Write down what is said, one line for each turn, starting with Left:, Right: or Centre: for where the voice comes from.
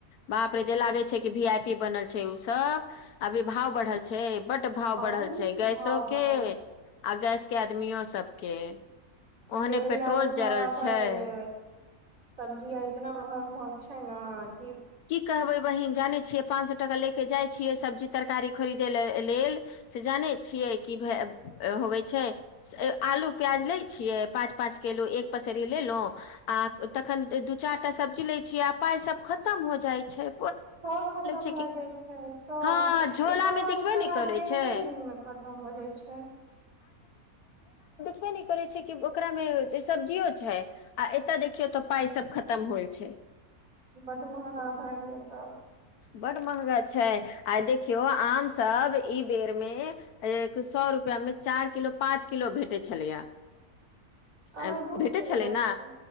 Left: बाप रे जे लागे छै कि भी आई पी बनल छै सब अभी भाव बढ़ल छै बट भाव
Right: बहुत
Left: बढ़ल छै गैसो
Right: भाव
Left: के
Right: बढ़ल
Left: आ गैस आदमियो सबके ओहने
Right: तेल
Left: पेट्रोल
Right: आार भी महगा
Left: जड़ल
Right: भए
Left: छै
Right: गेलै सब्जी आर इतना महग महग छै ने
Left: की कहबै बहिन जानै छियै पांच सए टका ले के जाय छियै सब्जी तरकारी खरीदे ल लेल से जाने छियै कि भ होवे छै आलू प्याज ले छियै पांच पांच केलो एक पसेरी लेलो आ तखन दू चार टा सब्जी ले छियै आ पााय सब ख खतम हो जाइ छै
Right: सभ खतम
Left: छै
Right: भए
Left: कि
Right: जाइ छै सभ
Left: हँ झोला
Right: ई पाँच
Left: मे देखबे
Right: सए टाका
Left: नहि करै
Right: तऽ एक्े
Left: छै
Right: दिनमे खतम हो जाइ छै
Left: े नहि करे छै कि ओकरा मे सब्जियो छै आ एतय देखियौ तऽ पााय सब खतम होल छै
Right: पठ मह हँ भागिय त
Left: बड़ महंगा छै आ देखियौ आम सब ई बेर मे सए रुपआ मे चार किलो पाँच किलो भेटै छलैया
Right: अहाँ
Left: अ
Right: दू किलो
Left: भेटे छलै
Right: दै
Left: ने
Right: छियै